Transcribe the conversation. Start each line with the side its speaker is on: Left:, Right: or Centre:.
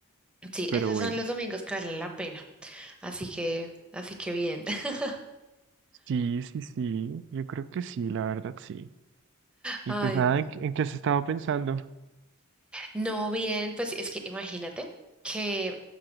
Centre: Sí,
Right: Pero
Centre: esos
Right: bueno,
Centre: son los domingos que valen la pena. Así que, así que bien. <laughs>
Right: sí, sí, sí, yo creo que sí, la verdad, sí. Y
Centre: Ay,
Right: pues nada, ¿en qué en qué has estado pensando?
Centre: No bien, pues es que imagínate que